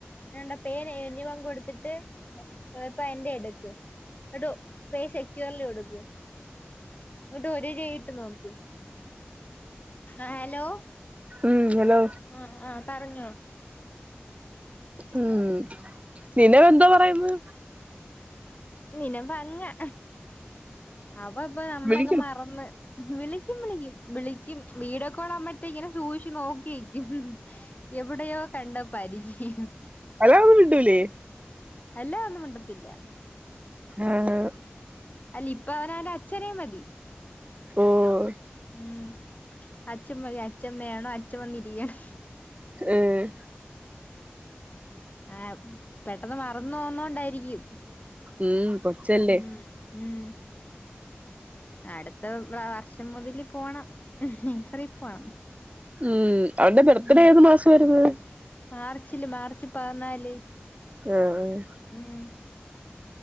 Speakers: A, on the left (about 40°); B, on the right (about 35°).
A: ഞാണ്ടേ പേര് എഴുതിവാൻ കൊടുത്തിട്ട് ഇപ്പൊ എന്റെ എടുക്ക് എടോ പേ ഷെട്യൂവറില് കൊടുക്ക് എന്നിട്ട് ഒരു രൂപ ഇട്ട് നോക്ക് ആഹ് ഹലോ
B: ഉം ഹലോ
A: ആഹ് ആഹ് പറഞ്ഞോ
B: ഉം നിനവെന്തോ പറയ്ന്ന്
A: നിനമ്പങ്ങാ അവ ഇപ്പൊ നമ്മളൊക്കെ
B: വിളിക്കണം
A: മറന്ന് വിളിക്കും വിളിക്കും വിളിക്കും വീഡിയോ കോളാവുമ്പത്തേ ഇങ്ങനെ സൂക്ഷിച്ച് നോക്കി നിക്കും എവിടെയോ കണ്ട പരിചയം
B: ഹലോന്നും മിണ്ടൂലേ
A: ഹലോ ഒന്നും മിണ്ടത്തില്ല
B: ആഹ് ഹ്
A: അല്ല ഇപ്പ അവനവന്റെ അച്ഛനെ മതി
B: ഓഹ്
A: ഉം അച്ഛൻമതി അച്ഛമ്മയാണോ അച്ഛൻ വന്നിരിക്കണം
B: ഉം
A: ആഹ് പെട്ടെന്ന് മറന്ന് പോവുന്ന കൊണ്ടായിരിക്കും
B: ഉം കൊച്ചല്ലേ
A: ഉം ഉം അടുത്ത വ വർഷം മുതല് പോണം നേഴ്സറി പോണം
B: ഉം അവന്റെ ബെർത്ത്ഡേ
A: ഉം
B: ഏത് മാസം വരുന്നത്
A: മാർച്ചില് മാർച്ച് പതിനാല്
B: ആഹ് ആഹ്
A: ഉം